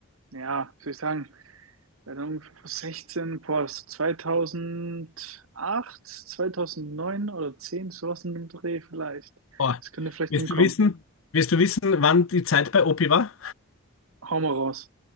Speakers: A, on the right (about 75°); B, on the left (about 65°).
A: ja, wie soll ich sagen, Bei der ungefähr vor 16, boah, das ist 2008, 2009 oder 10, sowas in dem Dreh vielleicht.
B: Boah.
A: Das könnte vielleicht
B: Willst
A: hinkommen.
B: du wissen, willst du wissen, wann die Zeit bei OP war?
A: Hau mal raus.